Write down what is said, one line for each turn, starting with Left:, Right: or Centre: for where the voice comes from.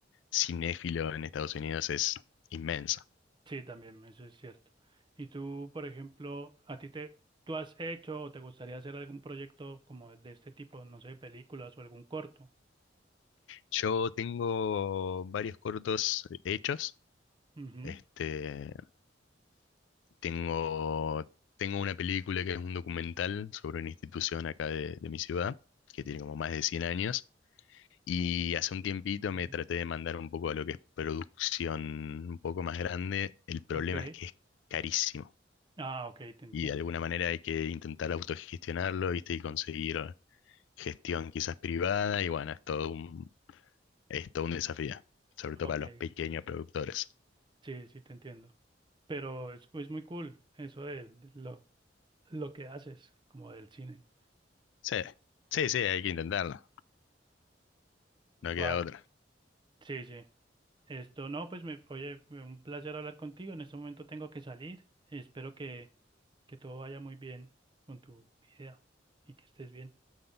Left: cinéfilo en Estados Unidos es inmenso.
Right: sí, también, eso es cierto. Y tú, por ejemplo, a ti te, tú has hecho o te gustaría hacer algún proyecto como de este tipo, no sé, películas o algún corto.
Left: Yo tengo varios cortos hechos.
Right: Ujú,
Left: Este, tengo, tengo una película que es un documental sobre una institución acá de, de mi ciudad, que tiene como más de 100 años. Y hace un tiempito
Right: Sí,
Left: me traté de mandar un poco a lo que es producción un poco más grande. El problema
Right: ok.
Left: es que es carísimo.
Right: Ah, ok, te entiendo.
Left: y de alguna manera hay que intentar autogestionarlo, ¿viste? Y conseguir gestión quizás privada y bueno, es todo un, es todo un desafío, sobre todo
Right: Ok,
Left: para los pequeños productores.
Right: sí, sí, te entiendo. pero es, es muy cool eso de, lo, lo que haces, como del cine.
Left: Sí, sí, sí, hay que intentarlo,
Right: Vale,
Left: no queda otra.
Right: sí, sí. Esto no, pues me, oye, fue un placer hablar contigo. En este momento tengo que salir. Espero que, que todo vaya muy bien con tu vida y que estés bien.